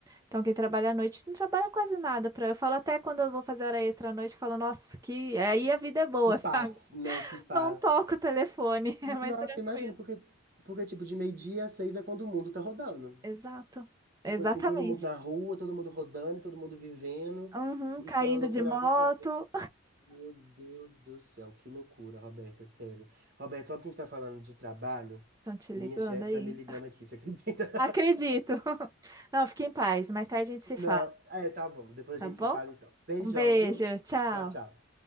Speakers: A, on the right (about 15°); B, on the right (about 45°).
A: Então, quem trabalha à noite não trabalha quase nada. Pra... Eu falo até quando eu vou fazer hora extra à noite, eu falo, nossa, que aí a vida é boa,
B: Que paz,
A: <laughs> sabe?
B: né? Que paz.
A: Não toco o telefone, <laughs> é mais
B: Nossa,
A: tranquilo.
B: imagina, porque, porque tipo, de meio-dia a seis é quando o mundo tá rodando.
A: Exato. Exatamente.
B: Tipo assim, todo mundo na rua, todo mundo rodando, todo mundo vivendo
A: Uhum,
B: e
A: caindo
B: aquela loucurada
A: de moto.
B: toda. Meu Deus do céu, que loucura, Roberta, sério. Roberta, sabe que a gente tá falando de trabalho?
A: Estão te ligando
B: Minha chefe
A: aí?
B: tá me ligando aqui, você acredita?
A: Acredito. <laughs> Não, fique em paz. Mais tarde a gente se
B: <laughs> Não,
A: fala.
B: é, tá bom, depois
A: Tá
B: a gente
A: bom?
B: se fala então. Beijão,
A: Um beijo,
B: viu?
A: tchau.
B: Tchau, tchau.